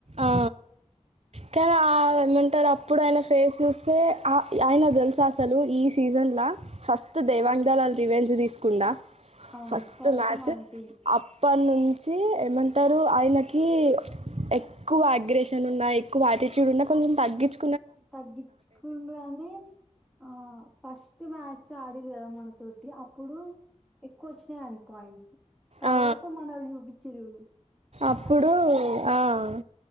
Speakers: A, on the right; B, in the centre.
A: ఆ తర ఏమంటారు అప్పుడు ఆయనా ఫేస్ చూస్తే ఆయన తెలుసా అసలు ఈ సీజన్లో ఫస్ట్ దైవాంగ దళాలు రివెంజ్ తీసుకుంద
B: అవును
A: ఫస్ట్
B: తర్వాత
A: మ్యాచ్
B: మన టీం
A: అప్పడినుంచి ఏమంటారు ఆయనకి ఎ ఎక్కువ వైగ్రేషన్ ఉన్నా ఎక్కువ ఆటిట్యూ ఉ కొంచం తగ్గించు
B: తగ్గించుకుండు అనే ఆ ఫస్ట్ స్ట్ మాచ్ ఆడి వేర మన తూటి ఇప్పుడు ఎక్కువచ్చ చేయాలి పాయింట్స్ తర్వాత
A: ఆ,
B: మనళ చూపించరుడు
A: అప్పుడు
B: అది
A: ఆ,